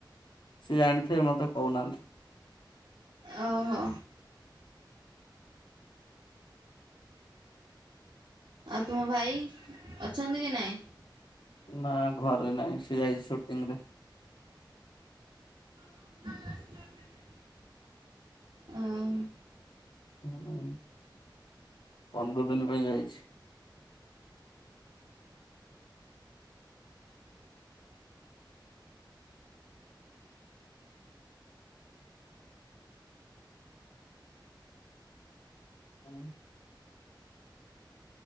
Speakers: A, on the left (about 75°); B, on the right (about 75°).
A: ସିଏ ଜାଣିଥିବେ, ମୋତେ କହୁନାହାନ୍ତି।
B: ଓହୋ। ଆଉ ତୁମ ଭାଇ ଅଛନ୍ତି କି ନାଇଁ?
A: ନା ଘର ନାଇ। ସେ ଯାଇଛି ଶୁଟିଂରେ।
B: <inaudible> ଆଉ
A: ହୁଁ ପନ୍ଦର ଦିନ ପାଇଁ ଯାଇଚି। <unintelligible>